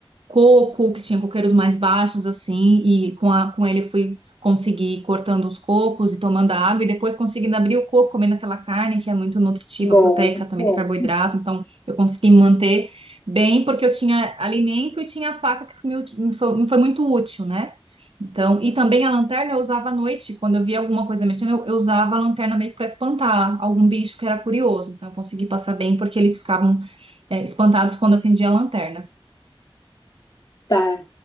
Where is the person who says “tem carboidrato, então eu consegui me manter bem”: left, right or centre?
Right